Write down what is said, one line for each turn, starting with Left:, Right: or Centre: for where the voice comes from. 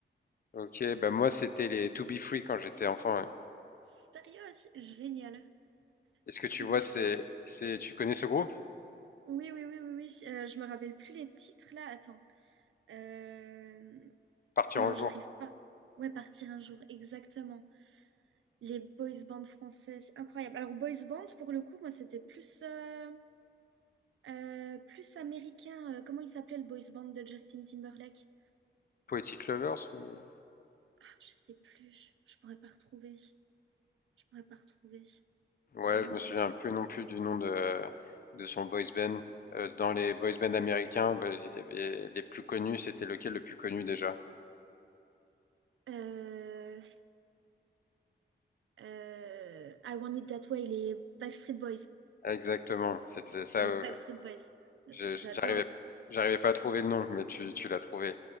Left: Ok, bah moi c'était les To Be Free quand j'étais enfant. ouais.
Right: Sérieux? Génial.
Left: Est-ce que tu
Right: To
Left: vois,
Right: be free.
Left: c'est, c'est, tu connais ce groupe?
Right: Oui, oui, oui, oui, oui. Euh, je me rappelle plus les titres là. Attends. Euh,
Left: Partir
Right: Non,
Left: en jour,
Right: j'arrive pas. Ouais, partir un jour, exactement. Les boys bands français, incroyable. Alors, boys band, pour le coup, moi, c'était plus. euh, Euh, plus américain, euh, comment il s'appelait le boys band de Justin Timberlake?
Left: Poetic Lovers ou...
Right: Ah, je sais plus. Je pourrais pas retrouver. Je pourrais pas retrouver.
Left: Ouais,
Right: Mon
Left: je
Right: Dieu.
Left: me souviens plus non plus du nom de, de son boys band. Euh, dans les boys bands américains, bah, il y avait les plus connus, c'était lequel le plus connu déjà?
Right: Euh, euh, I Want It That Way, les Backstreet Boys.
Left: Exactement, c'était ça.
Right: Les
Left: euh,
Right: Backstreet Boys.
Left: j'ai-
Right: J'adore.
Left: J'arrivais, j'arrivais pas à trouver le nom, mais tu, tu l'as trouvé.